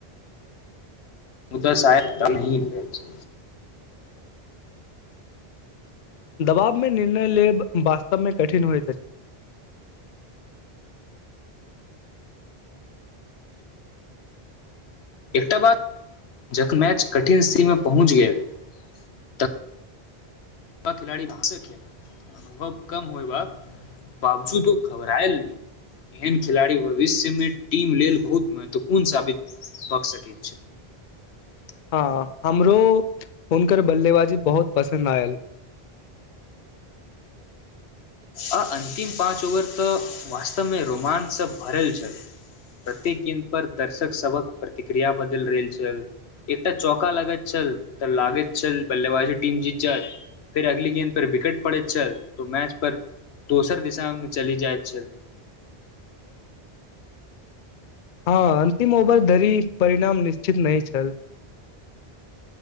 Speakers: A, on the left (about 85°); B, on the left (about 55°).
A: मुदा शायक तहं पेच <unintelligible>
B: दबाबमे निर्णय लेब वास्तवमे कठिन होइत अछि
A: एकटा बाद जखन मैच कठिन स्थितिमे पहुँच गेल तऽ या खिलाड़ी भाँसँ खेलै अनुभव कम होयबाक बावजूदो घबराएल नहि एहन खिलाड़ी भविष्यमे टीम लेल बहुत महत्वपूर्ण साबित भ सकैत छथि
B: हँ हमरो हुनकर बल्लेबाजी बहुत पसन्द आयल
A: आ अन्तिम पाँच ओवर तऽ वास्तवमे रोमांचसँ भरल छल प्रत्येक गेन्द पर दर्शक सबक प्रतिक्रिया बदल रहल छल एकटा चौका लागैत छल तऽ लागैत छल बल्लेबाजे टीम जीत जाय फेर अगली गेन्द पर विकेट पड़ैत छल तो मैच पर दोसर दिशामे चली जाय चल
B: हँ अंतिम ओवर धरि परिणाम निश्चित नहि छल